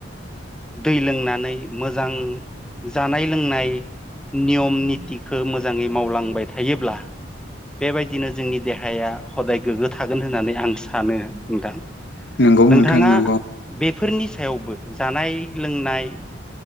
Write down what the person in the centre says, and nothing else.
दै लोंनानै मोजां जानाय लोंनाय नियम नितिखो मोजाङै मावलांबाय थायोब्ला बेबायदिनो जोंनि देहाया हदाय गोग्गो थागोन होननानै आं सानो नोंथां।
नोंथाङा
बे सायावबो जानाय लोंनाय